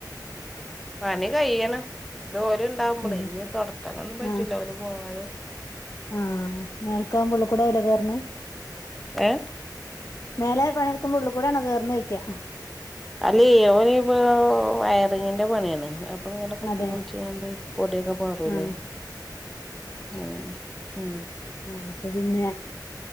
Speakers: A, in the centre; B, on the left (about 40°).
A: പണി കയ്യണ് ഇത് ഓല് ണ്ടാവുമ്പളെ
B: ഉം
A: ഇനി തുടക്കാനൊന്നും പറ്റൂല
B: ആഹ്
A: ഓല് പോവാതെ.
B: ആഹ് മേൽക്കാവുമ്പോ ഉള്ളിക്കൂടാവും ലെ കേർന്നെ.
A: ഏ
B: മേല പണിട്ക്കുമ്പോ ഉള്ളികൂടെ ആണോ കെർണെയിക്ക.
A: അല്ലെ ഓല് ഇപ്പൊ വയറിങ്ങിന്റെ പണിയാണ്. അപ്പൊ ഇങ്ങനെ കൊത്തി
B: അതെ
A: പൊളിച്ച് ങ്ങാണ്ട് പൊടിയൊക്കെ പാറൂല്ലേ.
B: ആഹ്
A: ഉം, ഉം
B: ആഹ അപ്പൊ പിന്നെ